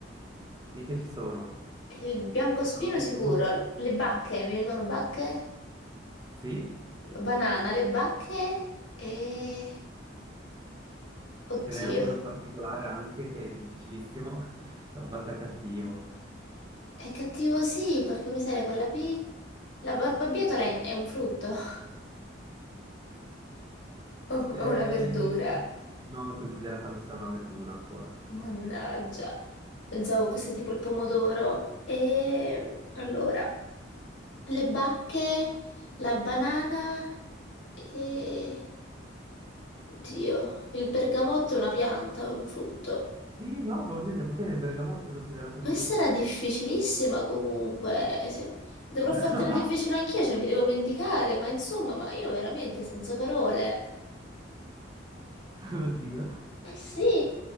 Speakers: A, on the right (about 20°); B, on the left (about 75°).
A: sì che ci sono.
B: Il biancospino
A: Pronto?
B: sicuro, le bacche, mi vengono bacche,
A: Sì,
B: la banana, le bacche e... Oddio,
A: ce n'è uno in particolare anche che è difficilissimo, <laughs> l'ho fatta cattivo.
B: è cattivo sì, perché miseria con la B. La barbabietola è è un frutto, <laughs> o
A: Eh,
B: è una verdura.
A: no, l'ho considerata messa una verdura ancora.
B: Mannaggia, pensavo fosse tipo il pomodoro. E allora, le bacche, la banana e... Oddio, il bergamotto è una pianta, è un frutto.
A: Sì, no, va bene, va bene, il bergamotto è considerato un
B: Questa
A: frutto.
B: era difficilissima comunque. Sì, Dovrò
A: <laughs>
B: fartela difficile anch'io, cioè mi devo vendicare, ma insomma, ma io veramente senza parole.
A: Oddio.
B: Eh sì,